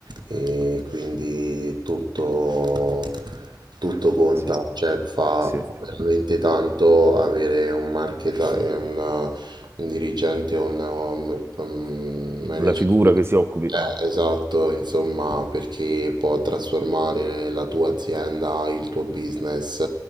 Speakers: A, on the right (about 75°); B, on the right (about 35°).
A: e quindi tutto, tutto conta,
B: Sì,
A: cioè fa,
B: sì.
A: fa veramente tanto avere un marketer e una- un dirigente o una- un, un manager.
B: Una figura che si occupi.
A: Eh, esatto, insomma, perché può trasformare la tua azienda, il tuo business